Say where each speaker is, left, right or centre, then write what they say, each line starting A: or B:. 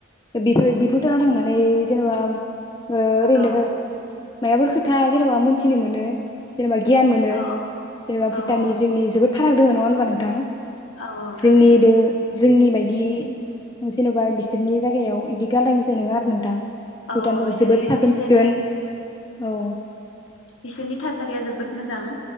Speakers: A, on the left; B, on the left.
A: बिफोर बिब भुटानाव थांनानै जेनेबा ओ ओरैनो।
B: औ
A: मायाफोर खो था जेनबा मोनथिनो मोनो। जेनेबा गियान मोनो
B: औ औ
A: जेनेबा
B: औ
A: भुटाननि
B: नंगौ
A: जोंनि जोबोद फाराग दोङो नङा होनबा नोंथां।
B: औ औ
A: जोंनि
B: थारैनो।
A: दो जोंनि बायदि जेनबा बिसोरनि जागायाव इदि गालाय गुजाय नङा आरो नोंथां।
B: औ
A: भुटानाव
B: बिसोरनि
A: जोबोद साखोन
B: बिसोरनि
A: सिखोन औ।
B: बिसोरनि थासारिया जोबोद मोजां।